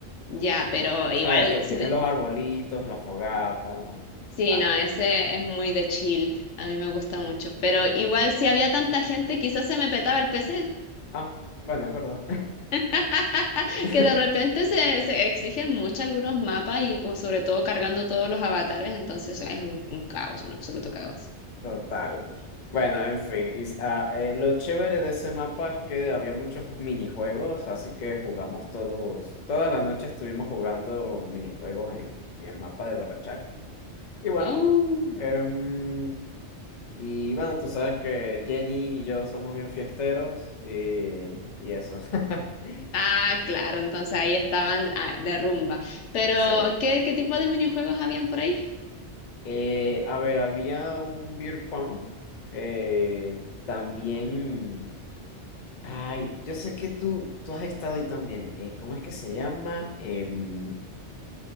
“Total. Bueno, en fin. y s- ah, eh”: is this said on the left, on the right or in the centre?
Left